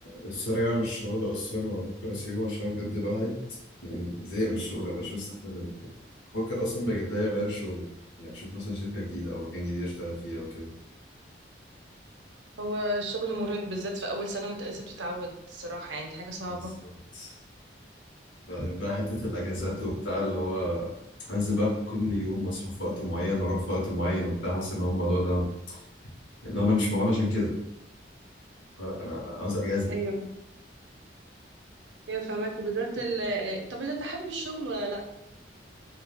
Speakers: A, on the left (about 80°); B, on the right (about 75°).
A: السرقة مش شغل أصلا وأفكر أسيبه عشان بجد الواحد يعني زهق من الشغل مبقاش مستحمل بفكر أصلا بجد أغير شغلي يعني أشوف مثلا شركة جديدة أو مكان جديد أشتغل فيه أو كده
B: هو الشغل مرهق بالذات في أول سنة وأنت لسه بتتعود الصراحة يعني دي حاجة صعبة
A: بالظبط بعدين بقى حتة الأجازات وبتاع اللي هو أنزل بقى كل يوم أصحى في وقت معين وأروح في وقت معين وبتاع حاسس إن هو الموضوع ده اللي هو أنا مش معون عشان كده لا أنا عاوز أجازة
B: ايوه ايوه فاهمك وبالذات ال طب انت حابب الشغل ولا لا